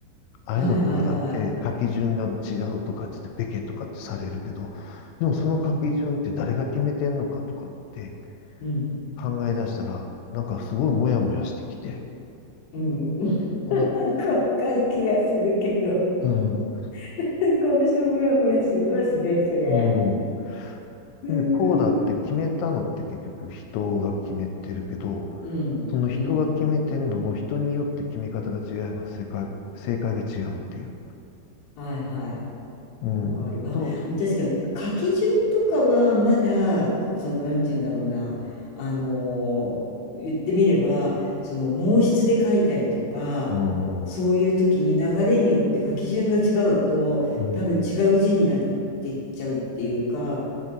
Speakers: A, on the left; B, on the left.
A: ああいうのとかだって書き順が違うとかって言って、
B: はいはいはい。
A: べけとかってされるけど、でもその書き順って誰が決めてんのかとかって、
B: うん、うん、
A: 考え出したら、なんかすごいモヤモヤしてきて、
B: うん。うん
A: こ
B: <laughs> なんかわかる気がするけど、
A: うん、
B: <laughs> なんか私もやもやしますね、それ。
A: うん。
B: うーん、
A: でこうだって決めたのって結局人が決めてるけど、
B: うん、
A: その人が決めてるのも人によって決め方が違えば正解、
B: うん。
A: 正解が違うっていう。
B: はいはい。
A: うん。
B: わかる。あ、
A: そう、
B: 確かに書き順とかはまだ、その、なんて言うんだろうな、あのー、言ってみれば、その、毛筆で書いたりとか、
A: うん。
B: そういう時に流れによって書き順が違うと、
A: うん。
B: 多分違う字になっていっちゃうっていうか、